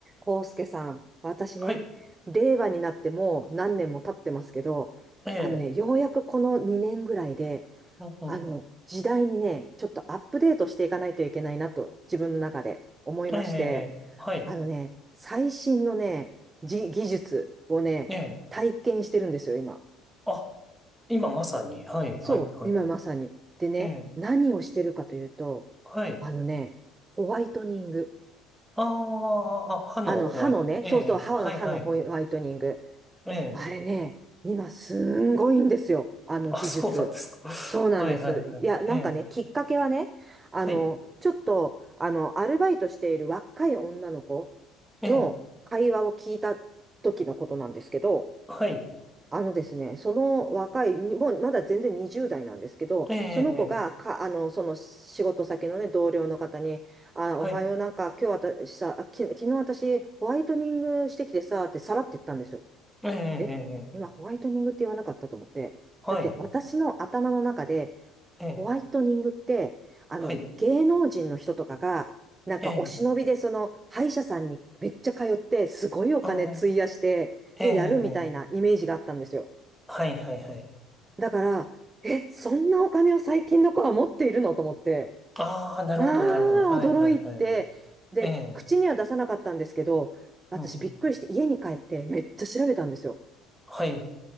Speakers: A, on the right; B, in the centre.
A: 康介さん、私ね、
B: はい。
A: 令和になってもう何年も経ってますけど、
B: ええ、
A: あのね、ようやくこの2年ぐらいで、
B: うんうん。
A: あの、時代にね、ちょっとアップデートしていかないといけないなと、自分の中で思いまして、
B: ええ、はい。
A: あのね、最新のね、じ技術をね、
B: ええ、
A: 体験してるんですよ、今。
B: あ、今まさに。はい、
A: そう、
B: はい、はい。
A: 今まさに。でね、
B: ええ、
A: 何をしてるかというと、
B: はい。
A: あのね、ホワイトニング。
B: ああ、歯のホワイト。
A: あの、歯のね、
B: ええ、
A: そうそう、歯の、
B: はい、
A: 歯のホワイトニング。
B: はい。ええ、
A: あれね、今すんごいんですよ。あの技術。
B: あ、そうなんですか。
A: そうなんです。
B: <laughs> はい、はい、はい。
A: いや、なんかね、
B: ええ、
A: きっかけはね、あの、
B: はい。
A: ちょっと、あの、アルバイトしている若い女の子
B: ええ、
A: の会話を聞いた時のことなんですけど、
B: はい。
A: あのですね、その若い、にもうまだ全然20代なんですけど、
B: ええ、
A: その子がか、あの、その仕事先のね、同僚の方に、あ、
B: はい。
A: おはよう、なんか今日私さ、あき、昨日私ホワイトニングしてきてさ、ってさらって言ったんですよ。
B: ええ、ええ
A: え、今ホワイトニングって言わなかったと思って。
B: はい。
A: だって私の頭の中で、
B: ええ、
A: ホワイトニングって、あの、
B: はい。
A: 芸能人の人とかが、なんかお忍びでその歯医者さんにめっちゃ通って、
B: ええ、
A: すごいお金費やして、
B: ああ、ええ、
A: で、やるみたいなイメージがあったんですよ。
B: はい、はい、はい。
A: だから、え、そんなお金を最近の子は持っているのと思って、
B: ああ、なるほど、
A: ま
B: なるほど。はい、
A: あ、驚いて、
B: はい、はい。
A: で、
B: ええ、
A: 口には出さなかったんですけど、私びっくりして家に帰ってめっちゃ調べたんですよ。
B: うんうん。はい。